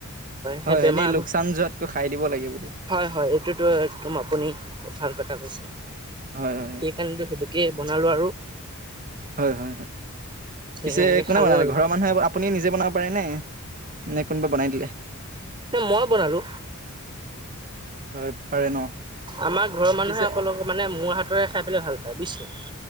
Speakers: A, on the right; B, on the right.
A: সেই
B: হয়
A: বেমাৰ
B: এনেই লোকচান যোৱাতকৈ খাই দিব লাগে। বোলো
A: হয় হয় এইটোতো একদম আপুনি ভাল কথা কৈছে।
B: হয় হয় হয়
A: সেই কাৰণেতো সেইটোকে বনালো আৰু।
B: হয় হয় হয়
A: সেই
B: পিছে
A: এনেকে
B: কোনেবা
A: খালো
B: বনালে
A: আৰু
B: ঘৰৰ মানুহে আপুনি নিজে বনাব পাৰে নে নে কোনোবা বনাই দিলে।
A: এ মই বনালো।
B: হয় পাৰে ন।
A: আমাৰ ঘৰৰ মানুহে
B: পিছে
A: অকলক মানে মোৰ হাতৰে খাই পেলাই ভাল পায় বুজিছে।